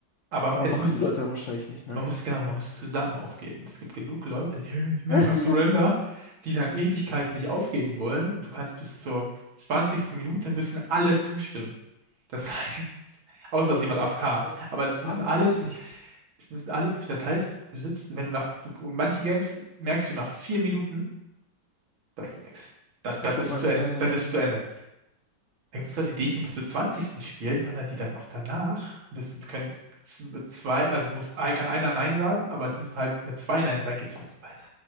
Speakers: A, on the right (about 85°); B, on the left (about 65°).
A: Aber
B: Aber
A: es
B: machen
A: müssen,
B: die Leute dann wahrscheinlich nicht, ne?
A: man muss, genau, man muss zusammen aufgeben. Es gibt genug Leute, die <laughs> never
B: <laughs>
A: surrender, die dann Ewigkeiten nicht aufgeben wollen und du kannst bis zur 20. Minute müssen alle zustimmen. Das heißt, <laughs> außer
B: Oh,
A: es ist jemand AFK. Aber das
B: 20
A: müssen alle, z- es müssen alle, durch- das heißt, du sitzt, wenn du nach, du, manche Games merkst du nach vier Minuten, das wird nix. Das, das
B: ist vorbei.
A: ist zu Ende,
B: Ja,
A: das
B: ja, ja.
A: ist
B: ja.
A: zu Ende. Da gibt es Leute, die nicht nur bis zur 20. spielen, sondern die dann auch danach müssen, können z- zwei, also muss, ein- kann einer Nein sagen, aber es müssen halt, wenn zwei Nein sagen, geht es trotzdem weiter.